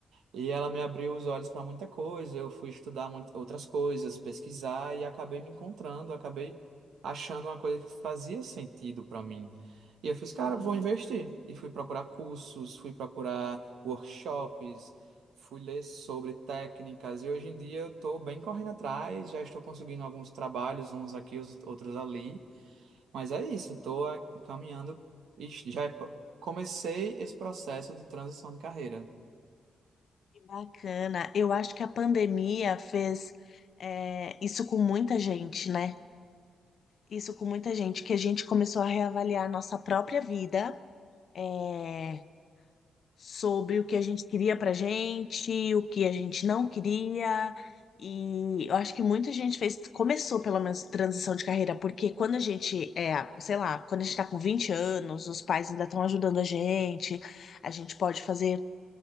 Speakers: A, on the right; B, on the left.
A: E ela me abriu os olhos para muita coisa. Eu fui estudar muito, outras coisas, pesquisar e acabei me encontrando, acabei achando uma coisa que fazia sentido para mim. E eu fiz, cara,
B: sim.
A: vou investir. E fui procurar cursos, fui procurar workshops, fui ler sobre técnicas. E hoje em dia eu estou bem correndo atrás, já estou conseguindo alguns trabalhos, uns aqui, os outros ali. Mas é isso, estou caminhando e já comecei esse processo de transição de carreira.
B: Que Bacana. Eu acho que a pandemia fez, é, isso com muita gente, né? isso com muita gente, que a gente começou a reavaliar a nossa própria vida, é, sobre o que a gente queria pra gente, o que a gente não queria. E eu acho que muita gente fez, começou pelo menos transição de carreira, porque quando a gente é, sei lá, quando a gente tá com 20 anos, os pais ainda estão ajudando a gente, a gente pode fazer